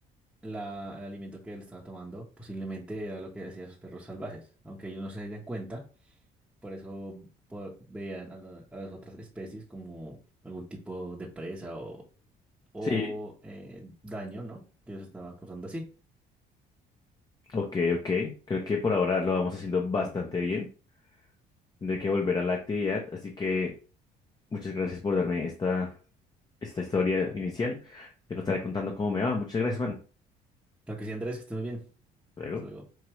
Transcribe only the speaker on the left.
Sí,
ok, ok. Creo que por ahora lo vamos haciendo bastante bien. Tendré que volver a la actividad, así que muchas gracias por darme esta, esta historia inicial. Te lo estaré contando cómo me va. Muchas gracias, Juan.
Hasta Luego.